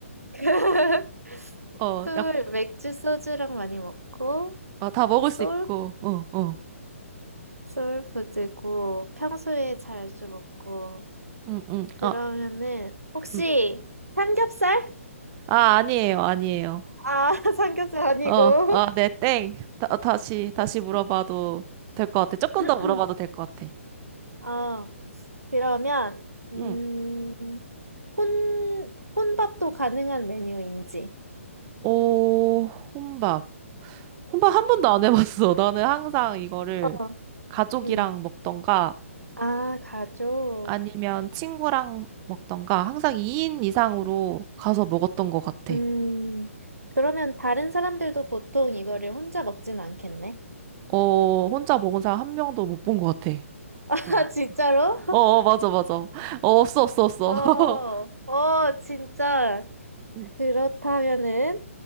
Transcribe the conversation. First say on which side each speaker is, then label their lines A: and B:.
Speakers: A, on the right; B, on the right.
A: <laughs>
B: 어,
A: 술,
B: 약,
A: 맥주, 소주랑 많이 먹고,
B: 아, 다 먹을
A: 소울,
B: 수 있고. 어, 어.
A: 소울푸드고, 평소에 자주 먹고,
B: 음, 음.
A: 그러면은,
B: 아,
A: 혹시,
B: 음.
A: 삼겹살?
B: 아, 아니에요, 아니에요.
A: 아, <laughs> 삼겹살 아니고.
B: 어, 아, 네, 땡. 다, 다시, 다시
A: 음.
B: 물어봐도 될 것 같아. 조금
A: <clears throat>
B: 더 물어봐도 될 것 같아.
A: 어, 그러면, 음,
B: 응.
A: 혼, 혼밥도 가능한 메뉴인지.
B: 오, 혼밥. 혼밥 한 번도 안 해봤어. 나는 항상 이거를
A: 어,
B: 가족이랑
A: 응.
B: 먹던가
A: 아, 가족.
B: 아니면 친구랑 먹던가 항상 2인 이상으로 가서 먹었던 것 같아.
A: 음, 그러면 다른 사람들도 보통 이거를 혼자 먹진 않겠네?
B: 어, 혼자 먹은 사람 한 명도 못 본 것 같아.
A: <laughs> 아,
B: 어,
A: 진짜로?
B: 어, 어, 맞아, 맞아. 어, 없어, 없어, 없어.
A: 어,
B: <laughs>
A: 어, 진짜.
B: 음,
A: 그렇다면은,